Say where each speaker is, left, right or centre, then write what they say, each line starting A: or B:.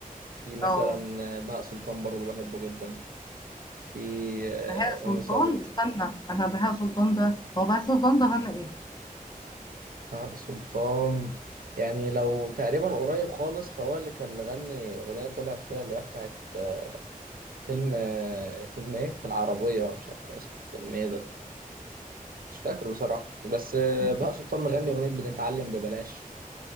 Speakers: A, on the right (about 75°); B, on the left (about 30°).
A: في مثلا
B: اه
A: بهاء سلطان برضه بحبه جدا في آه،
B: بهاء سلطان
A: رامي صبري
B: استنى انا بهاء سلطان ده هو بهاء سلطان ده غنى ايه؟
A: آه، سلطان يعني لو تقريبا قريب خالص فهو اللي كان مغني أغنية طلعت كده اللي هي بتاعت آه، فيلم آه، فيلم إيه في العربية ولا مش عارف كان اسمه فيلم إيه ده مش فاكر بصراحة بس آه،
B: مم.
A: بقى سلطان مغني أغنية بتتعلم ببلاش